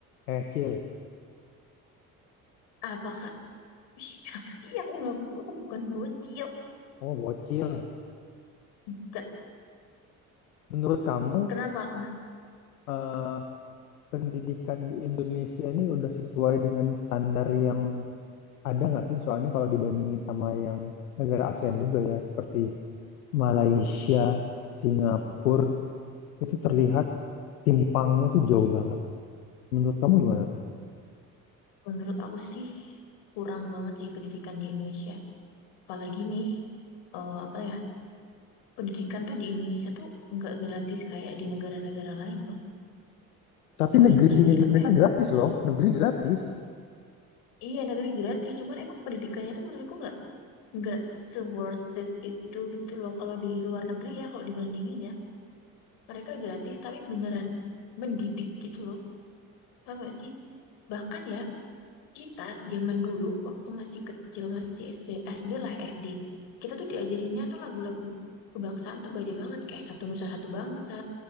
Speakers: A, on the left; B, on the left.
A: Eh, Cil,
B: Apakah Ih, apa sih aku nggak perlu aku bukan bocil
A: kamu bocil.
B: enggak
A: Menurut kamu,
B: kenapa kenapa
A: eh, pendidikan di Indonesia ini udah sesuai dengan standar yang ada nggak sih? Soalnya kalau dibandingin sama yang negara ASEAN juga ya, seperti Malaysia, Singapura, itu terlihat timpangnya tuh jauh banget. Menurut kamu gimana tuh?
B: menurut aku sih kurang banget sih pendidikan di Indonesia apalagi nih eh, apa ya pendidikan tuh di Indonesia tuh nggak gratis kayak di negara-negara lain loh
A: Tapi
B: terus
A: negeri
B: jadi
A: di Indonesia
B: apa ya
A: gratis loh, negeri gratis.
B: iya negeri gratis cuman emang pendidikannya tuh menurutku nggak nggak se worth it itu gitu loh kalau di luar negeri ya kalau dibandingin ya mereka gratis tapi beneran mendidik gitu loh paham gak sih bahkan ya Kita zaman dulu waktu masih kecil, masih SD, SD lah SD. Kita tuh diajarinnya tuh lagu-lagu kebangsaan tuh banyak banget kayak Satu Nusa Satu Bangsa,